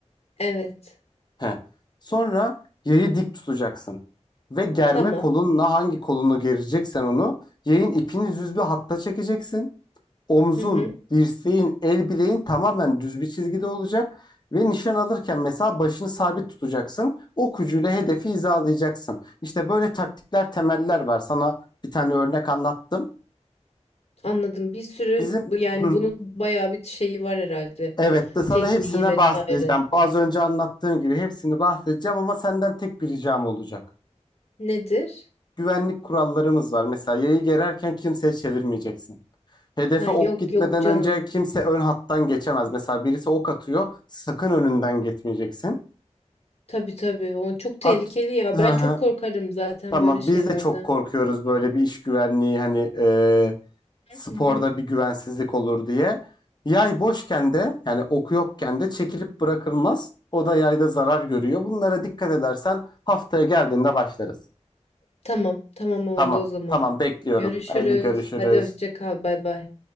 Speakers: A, on the left; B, on the left.
A: Evet.
B: He. Sonra yayı dik tutacaksın. Ve germe
A: Tamam.
B: kolunla hangi kolunu gereceksen onu yayın ipini düz bir hatta çekeceksin. Omzun,
A: Hı hı.
B: dirseğin, el bileğin tamamen düz bir çizgide olacak. Ve nişan alırken mesela başını sabit tutacaksın. Ok ucuyla hedefi hizalayacaksın. İşte böyle taktikler, temeller var. Sana bir tane örnek anlattım.
A: Anladım. Bir sürü
B: Bizim
A: bu- yani
B: hı,
A: bunun bayağı bir şeyi var herhalde.
B: evet de sana
A: Tekniği
B: hepsine
A: vesaire.
B: bahsedeceğim. Az önce anlattığım gibi hepsini bahsedeceğim ama senden tek bir ricam olacak.
A: Nedir?
B: Güvenlik kurallarımız var. Mesela yayı gererken kimseye çevirmeyeceksin. Hedefe
A: Ha
B: ok
A: yok
B: gitmeden
A: yok canım.
B: önce kimse ön hattan geçemez. Mesela birisi ok atıyor, sakın önünden geçmeyeceksin.
A: Tabii tabii. O çok tehlikeli
B: At
A: ya.
B: <laughs>
A: Ben çok korkarım zaten
B: Tamam
A: böyle şeylerden.
B: biz de çok korkuyoruz böyle bir iş güvenliği hani e, sporda
A: Hı hı.
B: bir güvensizlik olur diye. Yay boşken de yani oku yokken de çekilip bırakılmaz. O da yayda zarar görüyor. Bunlara dikkat edersen haftaya geldiğinde başlarız.
A: Tamam, tamam oldu
B: Tamam
A: o zaman.
B: tamam bekliyorum.
A: Görüşürüz.
B: Haydi görüşürüz.
A: Hadi hoşça kal. Bay bay.